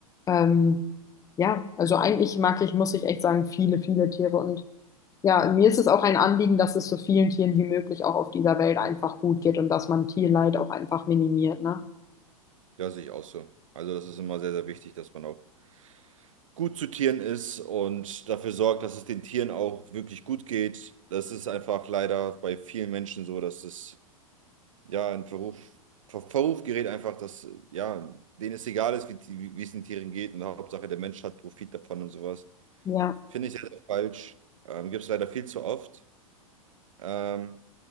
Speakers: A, on the left; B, on the right.
A: Ähm, ja, also eigentlich mag ich, muss ich echt sagen, viele, viele Tiere und ja, mir ist es auch ein Anliegen, dass es so vielen Tieren wie möglich auch auf dieser Welt einfach gut geht und dass man Tierleid auch einfach minimiert, ne?
B: Ja, sehe ich auch so. Also das ist immer sehr, sehr wichtig, dass man auch gut zu Tieren ist und dafür sorgt, dass es den Tieren auch wirklich gut geht. Das ist einfach leider bei vielen Menschen so, dass es ja in Verruf, Ver Verruf gerät einfach, dass ja, denen es egal ist, wie, die- wie es den Tieren geht und Hauptsache der Mensch hat Profit davon und sowas.
A: Ja,
B: Finde ich sehr, sehr falsch. Ähm, gibt es leider viel zu oft. Ähm,